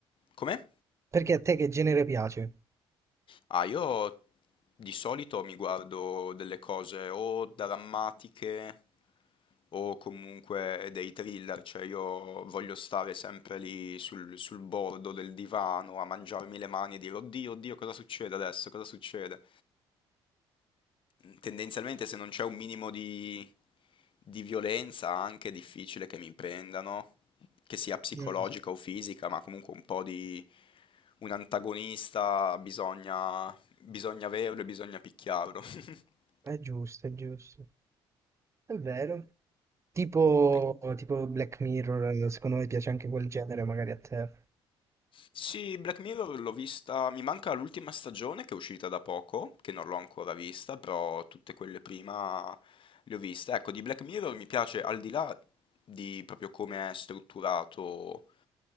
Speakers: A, on the left; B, on the right.
A: Come?
B: Perché a te che genere piace?
A: Ah, io di solito mi guardo delle cose o drammatiche o comunque dei thriller, cioè io voglio stare sempre lì sul, sul bordo del divano a mangiarmi le mani e dire oddio, oddio, cosa succede adesso? Cosa succede? Tendenzialmente se non c'è un minimo di, di violenza anche è difficile che mi prendano, che sia psicologica
B: Mm.
A: o fisica, ma comunque un po' di un antagonista bisogna, bisogna averlo e bisogna picchiarlo. <laughs>
B: È giusto, è giusto. È vero. Tipo,
A: Perché
B: tipo Black Mirror, eh, secondo me piace anche quel genere, magari a te.
A: Sì, Black Mirror l'ho vista, mi manca l'ultima stagione che è uscita da poco, che non l'ho ancora vista, però tutte quelle prima le ho viste. Ecco, di Black Mirror mi piace al di là di proprio come è strutturato